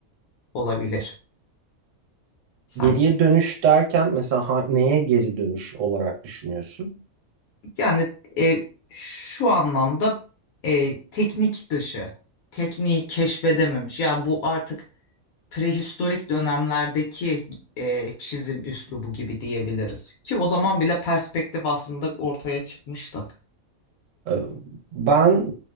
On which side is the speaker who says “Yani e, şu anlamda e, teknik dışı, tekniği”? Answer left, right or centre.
Left